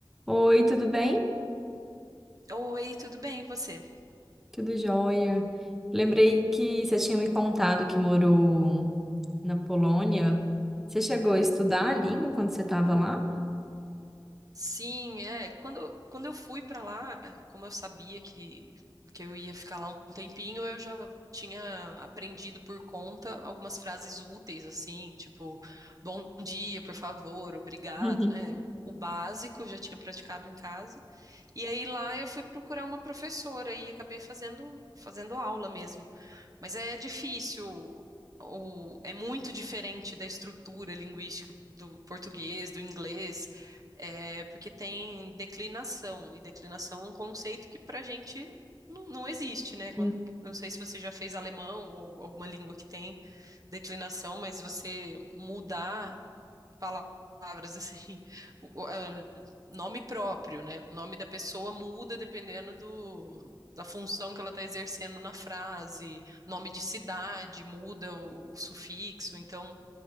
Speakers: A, in the centre; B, on the right (about 40°).
A: Oi, tudo bem?
B: Oi, tudo bem, e você?
A: Tudo jóia. Lembrei que você tinha me contado que morou na Polônia. Você chegou a estudar a língua quando você estava lá?
B: Sim, é, quando, quando eu fui pra lá, como eu sabia que, que eu ia ficar lá um tempinho, eu já tinha aprendido por conta algumas frases úteis, assim, tipo, bom dia, por favor, obrigado,
A: <laughs>
B: né? O, o básico eu já tinha praticado em casa. E aí lá eu fui procurar uma professora e acabei fazendo, fazendo aula mesmo. Mas é difícil, o, é muito diferente da estrutura linguística do português, do inglês, é, porque tem declinação, e declinação é um conceito que para a gente não, não existe, né? Quando-
A: Uhum.
B: não sei se você já fez alemão ou alguma língua que tem declinação, mas você mudar palavras assim, o- o- é, nome próprio, né? O nome da pessoa muda dependendo do, da função que ela está exercendo na frase, nome de cidade muda o, o sufixo, então